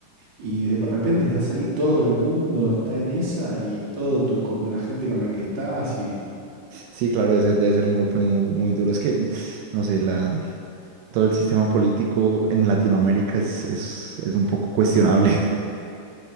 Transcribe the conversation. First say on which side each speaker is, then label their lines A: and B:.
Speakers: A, on the right (about 40°); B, on the right (about 80°).
A: Y de repente estás ahí, todo el mundo está en esa y todo tu, como la gente con la que estás y...
B: Sí, claro, ese debe ser un golpe muy, muy duro. Es que, no sé, la, todo el sistema político en Latinoamérica es, es, es un poco cuestionable. <laughs>